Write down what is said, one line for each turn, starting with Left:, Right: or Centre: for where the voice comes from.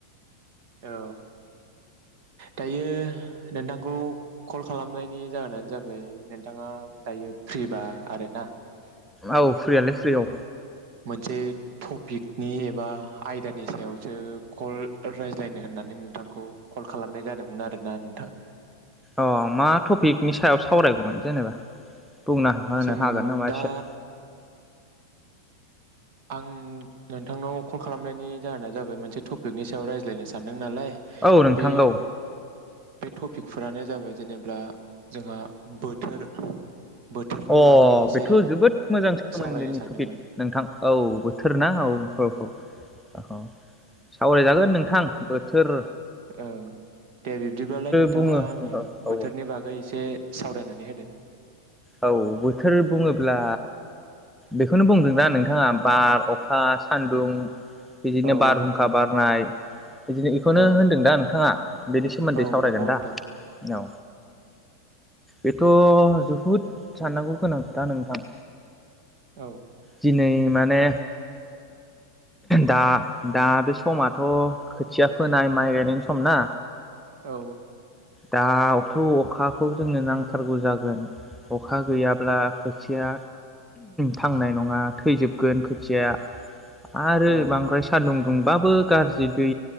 Right: औ। दायो नोंथांखौ कल खालामनायनि जाहोनानो जाबाय नोंथाङा दायो फ्रिबा आरोना माने
Centre: औ फ्रियालाय फ्रि औ।
Right: मोनसे टपिकनि एबा आयदानि सायावसो कल रायज्लायनो होननानै नोंथांखौ कल खालामनाय जादोंमोन आरोना नोंथां।
Centre: अ मा टपिकनि सायाव सावरायगौमोन जेनेबा? बुंना होनो
Right: जों
Centre: हागोन नामा
Right: दा
Centre: एसे?
Right: आं नोंथांनाव कल खालामनायनि जाहोना जाबाय मोनसे टपिकनि सायाव रायज्लायनो सानदों नालाय
Centre: औ नोंथां
Right: बे
Centre: औ
Right: बे टपिकफोरानो जाबाय जेनेब्ला जोंहा बोथोर बोथोरनि
Centre: अ
Right: बागै एसे
Centre: बेथ' जोबोद मोजां सोमोन्दोनि
Right: सावरायनो सानदोंमोन
Centre: टपिक नोंथां। औ बोथोर ना औ औ औ औ सावरायजागोन नोंथां। थोर
Right: ओं दे बिब्दिब्लालाय नोंथाङा
Centre: बुङो
Right: आंनो
Centre: औ औ
Right: बोथोरनि बागै एसे सावरायनानै होदो।
Centre: औ बोथोर बुङोब्ला बेखौनो बुंदोंना नोंथाङा बार, अखा, सान्दुं बिदिनो
Right: औ
Centre: बारहुंखा बारनाय बिदिनो बेखौनो
Right: औ
Centre: होनदों दा नोंथाङा बेनि सोमोन्दै
Right: औ
Centre: सावरायगोन
Right: नंगौ
Centre: दा
Right: नोंथां
Centre: औ। बेथ' जोहुद साननांगौ गोनां खोथा नोंथां।
Right: औ।
Centre: दिनै माने दा दा बे समाथ' खोथिया फोनाय माइ गायनायनि सम ना
Right: औ
Centre: दाथ' अखाखौ जोंनो नांथारगौ जागोन अखा गैयाब्ला खोथिया थांनाय नङा थैजोब गोन खोथिया आरो
Right: औ
Centre: बांद्राय सान्दुं दुंबाबो गाज्रि दै